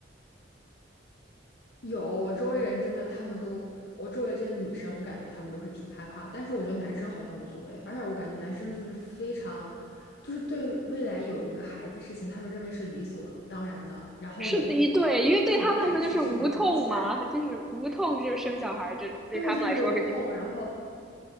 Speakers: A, on the left (about 55°); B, in the centre.
A: 有，我周围人真的，他们都，我周围这些女生，我感觉他们都是挺害怕但是我觉得男生好像无所谓，而且我感觉男生就是非常，就是对未来有一个孩子事情，他们认为是理所当然的，然后也，
B: 是的，一对，因为对他们来说就是无痛嘛，
A: 他们也不排斥，甚至还挺期待。
B: 就是无痛就是生小孩这种，对他们来说肯定。
A: 对，就是无痛，然后